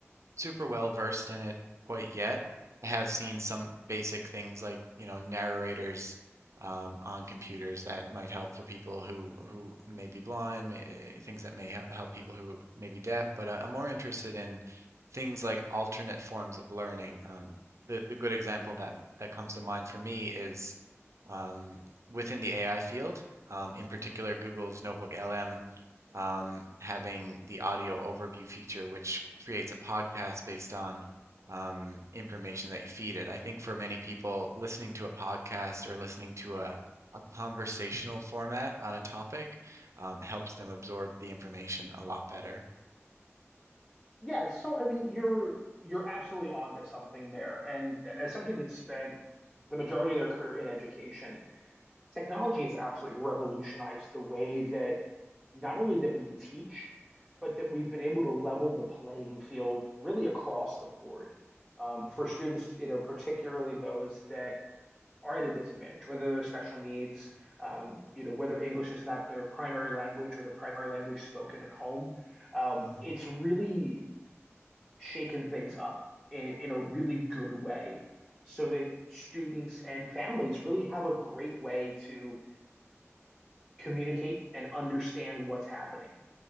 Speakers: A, on the right; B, in the centre.
A: super well versed in it quite yet. I have seen some basic things like, you know, narrators um, on computers that might help for people who who may be blind, may, eh, things that may hel- help people who may be deaf. But I, I'm more interested in things like alternate forms of learning. Um, the the good example that that comes to mind for me is um, within the AI field, um, in particular Google's Notebook LM um, having the audio overview feature, which creates a podcast based on um, information that you feed it. I think for many people, listening to a podcast or listening to a, a conversational format on a topic um, helps them absorb the information a lot better.
B: Yeah, so I mean, you're you're absolutely onto something there. And as somebody that's spent the majority of their career in education, technology has absolutely revolutionized the way that not only that we teach, but that we've been able to level the playing field really across the board um,
A: Mm,
B: for students, you know, particularly those that are at a disadvantage, whether they're special needs, um, you know, whether English is not their primary language or their primary language spoken at home. Um,
A: mm,
B: it's really shaken things up in, in a really good way so that students and families really have a great way to communicate and understand what's happening.